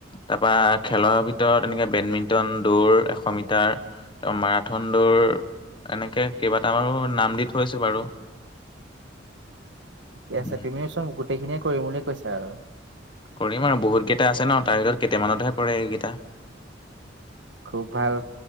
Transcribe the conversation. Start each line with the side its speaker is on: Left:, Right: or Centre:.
Left: তাৰপা খেলৰ ভিতৰত এনেকে বেডমিন্টন দৌৰ এশ মিটাৰ তোমাৰ মাৰঠান দৌৰ এনেকে কেইবাটা মানো নাম দি থৈছো বাৰু
Right: ঠিকে
Left: উম,
Right: আছে তুমিও চোন গোটেইখিনিয়ে কৰিম বুলিয়ে কৈছে আৰু
Left: কৰিম আৰু বহুতকেইটা আছে ন তাৰ ভিতৰত কেইটামানতহে পৰে এইকেইটা
Right: খুব ভাল